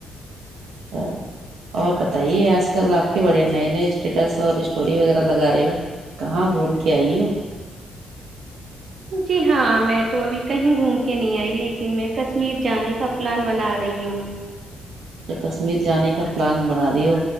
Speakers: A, on the right; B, on the right.
A: اچھا اور بتائیے آج کل آپ کے بڑے نئے نئے اسٹیٹس اور اسٹوری وغیرہ لگا رہے ہو کہاں گھوم کے آئی ہو
B: جی ہاں میں تو ابھی کہیں گھوم کے نہیں آئی لیکن میں کشمیر جانے کا پلان بنا رہی ہوں
A: اچھا کشمیر جانے کا پلان بنا رہی ہو